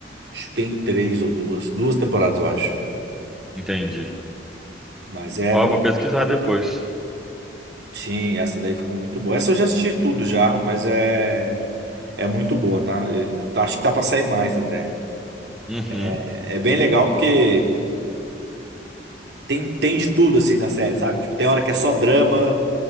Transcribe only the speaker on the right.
acho que tem três ou duas, duas temporadas, eu acho.
Mas é,
não-
sim, essa daí ficou muito boa. Essa eu já assisti tudo já, mas é é muito boa, tá? Eu- eu acho que tá pra sair mais até.
É é bem legal porque tem, tem de tudo assim na série, sabe? Tipo, tem hora que é só drama,